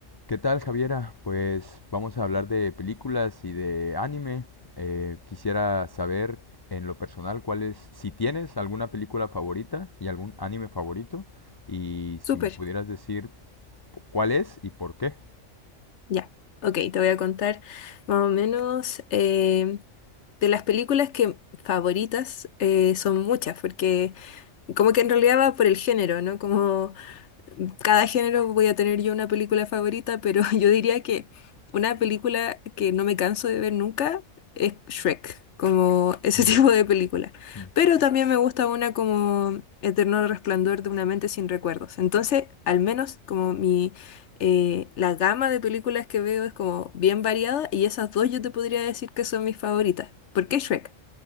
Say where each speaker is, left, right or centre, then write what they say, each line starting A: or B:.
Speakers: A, on the left; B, on the left.
A: ¿Qué tal, Javiera? Pues vamos a hablar de películas y de anime. Eh, quisiera saber en lo personal cuál es, si tienes alguna película favorita y algún anime favorito, y si
B: Súper,
A: me pudieras decir p- cuál es y por qué.
B: ya. Ok, te voy a contar más o menos eh, de las películas que favoritas eh, son muchas, porque como que en realidad va por el género, ¿no? Como cada género voy a tener yo una película favorita, pero <laughs> yo diría que una película que no me canso de ver nunca es Shrek, como ese
A: Mm,
B: <laughs> tipo de película.
A: mm.
B: Pero también me gusta una como Eterno Resplandor de una mente sin recuerdos. Entonces, al menos como mi eh, la gama de películas que veo es como bien variada y esas dos yo te podría decir que son mis favoritas. ¿Por qué Shrek?